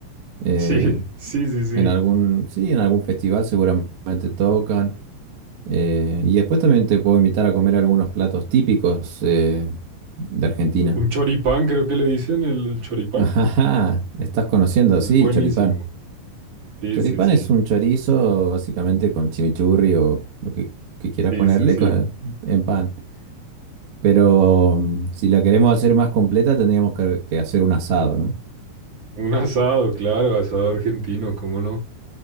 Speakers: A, on the right; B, on the right.
A: eh,
B: Sí, sí, sí, sí.
A: en algún, sí, en algún festival seguramente tocan. Eh, y después también te puedo invitar a comer algunos platos típicos eh, de Argentina.
B: Un choripán, creo que le dicen, el, el choripán.
A: <laughs> Ajá, estás conociendo,
B: Es
A: sí,
B: buenísimo.
A: choripán.
B: Sí,
A: Choripán
B: sí, sí.
A: es un chorizo básicamente con chimichurri o lo que, que quieras
B: Sí,
A: ponerle
B: sí, sí.
A: con- eh, en pan. Pero mm, si la queremos hacer más completa tendríamos que, que hacer un asado, ¿no?
B: Un asado, claro, asado argentino, ¿cómo no?